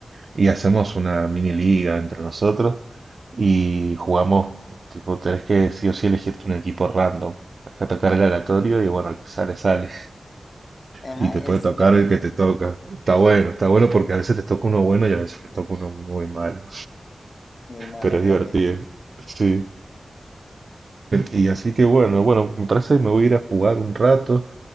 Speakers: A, on the right (about 60°); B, on the left (about 50°).
A: y hacemos una mini liga entre nosotros y jugamos, tipo, tenés que sí o sí elegirte un equipo random, tenés que apretar el aleatorio y bueno, el que sale, sale.
B: Ajá,
A: Y te puede
B: exactamente,
A: tocar el que te toca. Está bueno, está bueno porque a veces te toca uno bueno y a veces te toca uno muy malo.
B: muy malo
A: pero
B: realmente.
A: es divertido. Sí. Y
B: <laughs>
A: así que bueno, bueno, me parece que me voy a ir a jugar un rato.